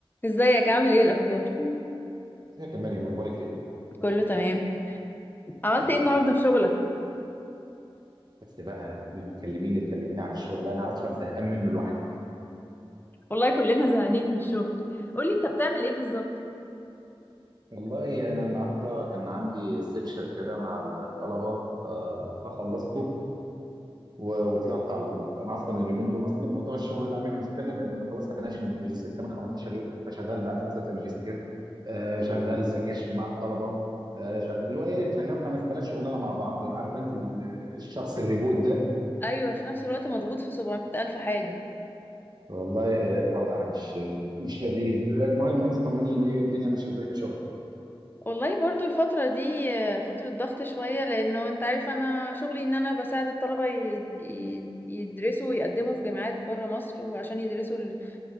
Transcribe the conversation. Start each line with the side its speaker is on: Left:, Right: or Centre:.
Left: ازيك عامل ايه الاخبار
Right: ازيك يا مريم اخبارك ايه؟
Left: كله تمام عملت
Right: إيه
Left: ايه
Right: اخبار
Left: النهارده
Right: الدنيا؟
Left: في شغلك
Right: بس بقى كل ما تكلميني تكلميني على الشغل انا اصلا زهقان منه لوحدي.
Left: والله كلنا زهقانين من الشغل قولي انت بتعمل ايه بالظبط
Right: والله انا النهارده كان عندي سيكشن كده مع الطلبه آه، فخلصته و- وطلعت على طول. انا اصلا اليومين دول اصلا موضوع الشغل ده عامل لي مشكله لان انا خلاص هناقش الماجستير كمان 15 يوم فشغال بقى في رساله الماجستير آه، شغال سكاشن مع الطلبه آه، شغال اللي هو ايه شغال 5000 شغلانه مع بعض عارفه انت ال- ال- الشخص الريبوت ده
Left: ايوه في نفس الوقت مضغوط في 700 الف حاجه
Right: والله آه، الوضع مش مش لذيذ المهم انت طمنيني ايه الدنيا ماشيه ازاي في شغلك
Left: والله برضو الفترة دي آه، فترة ضغط شوية لأنه أنت عارف أنا شغلي إن أنا بساعد الطلبة يد- يد- يدرسوا ويقدموا في جامعات برا مصر وعشان يدرسوا ال-